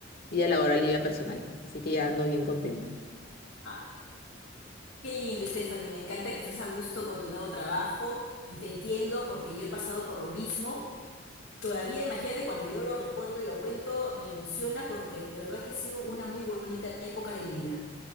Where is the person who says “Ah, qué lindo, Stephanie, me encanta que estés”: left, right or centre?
Left